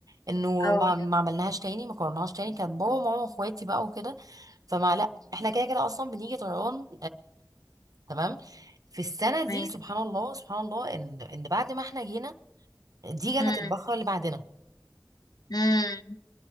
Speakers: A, on the right; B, on the left.
A: انه
B: اه
A: ما ما عملناهاش تاني ما كررناهاش تاني كان بابا وماما واخواتي بقى وكده فما لا احنا كده كده اصلا بنيجي طيران تمام في السنه دي
B: تمام
A: سبحان الله سبحان الله ان ان بعد ما احنا جينا دي جنه
B: امم
A: البقاء اللي بعدنا
B: امم